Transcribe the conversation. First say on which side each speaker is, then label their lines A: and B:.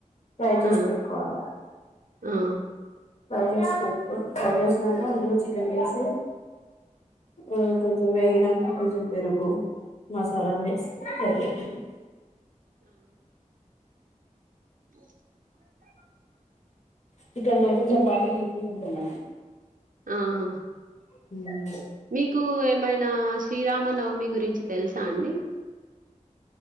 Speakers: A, on the left; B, on the right.
A: ఫ్రై చేసి
B: ఆ
A: పెట్టుకోవాలి
B: ఆ
A: ఫ్రై చేే పెటు కొని ఫ్రై చేసినాక అందులో చికెన్ వేసి ఆ వేగినక కొంచెం పెరుగు మసాలాలు వేసి స్తే అయిపోతుంది
B: హలో <unintelligible>
A: చికెన్ లోకి చపాతి
B: ఇం
A: మంచిగుంటుంద
B: ఆహా
A: ఊ
B: మీకు ఏమైనా శ్రీరామనవమి గురించి తెలుసా అండి